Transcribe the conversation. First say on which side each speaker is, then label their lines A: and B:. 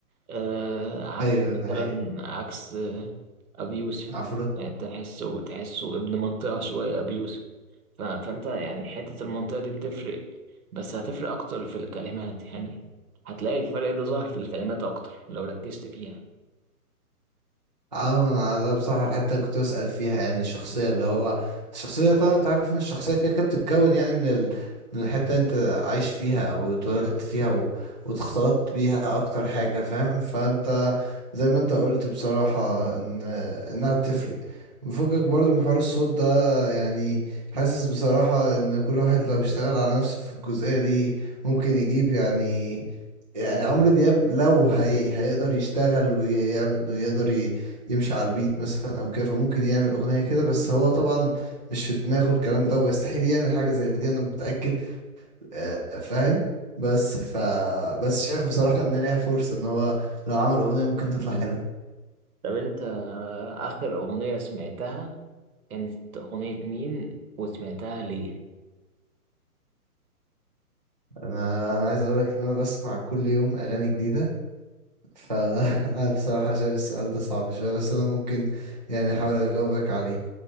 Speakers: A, on the right (about 65°); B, on the right (about 30°).
A: آه، عكس
B: ايوه ده حقيقي
A: مثلا عكس آه، أبي يوسف
B: عفروت
A: يعني تحسه تحسه ابن منطقة شوية أبي يوسف ف- فأنت يعني حتة المنطقة دي بتفرق بس هتفرق أكتر في الكلمات يعني هتلاقي الفرق ده ظاهر في الكلمات أكتر لو ركزت فيها
B: اه ما انا ده بصراحة الحتة اللي كنت بسأل فيها يعني الشخصية اللي هو الشخصية طبعا انت عارف ان الشخصية كده كده بتتكون يعني من ال... من الحتة اللي انت عايش فيها او اتولدت فيها و... واتخلطت بيها اكتر حاجة فاهم فانت زي ما انت قلت بصراحة ان انها بتفرق مفكك برضو من حوار الصوت ده يعني حاسس بصراحة ان كل واحد لو اشتغل على نفسه في الجزئية دي ممكن يجيب يعني يعني عمرو دياب لو هي... هيقدر يشتغل ويعمل انه يقدر ي... يمشي على البيت مثلا او كده فممكن يعمل اغنية كده بس هو طبعا مش في دماغه الكلام ده ويستحيل يعمل حاجة زي دي انا متأكد آه، فاهم بس ف بس شايف بصراحة ان ليها فرصة ان هو لو عمل اغنية ممكن تطلع حلوة
A: طب أنت آه، آخر أغنية سمعتها كانت أغنية مين وسمعتها ليه؟
B: انا انا عايز اقول لك ان انا بسمع كل يوم اغاني جديدة فانا <laughs> بصراحة شايف السؤال ده صعب شوية بس انا ممكن يعني احاول اجاوبك عليه